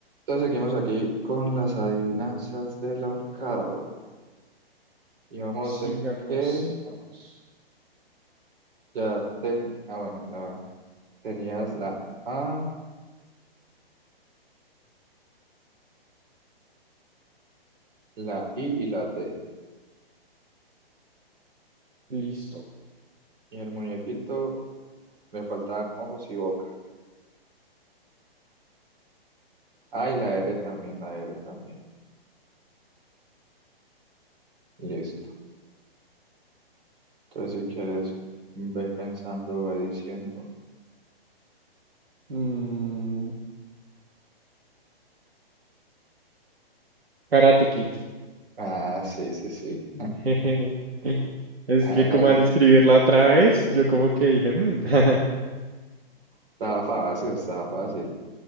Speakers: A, on the right; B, on the right.
A: Entonces seguimos aquí con las adivinanzas del ahorcado. Y vamos
B: Sigamos,
A: en que
B: sigamos.
A: ya ten... Ah, bueno, la... tenías la A, la I y la D.
B: Listo.
A: Y el muñequito le faltaban ojos y boca. Ah, y la R también, la R también. Listo. Entonces si quieres, ve pensando, ve diciendo.
B: Mm, Karate Kid.
A: Ah, sí, sí, sí.
B: <laughs> Es
A: Ah,
B: que
A: la
B: como
A: de-
B: al escribirla otra vez, yo como que dije, "Mm". <laughs>
A: Estaba fácil, estaba fácil.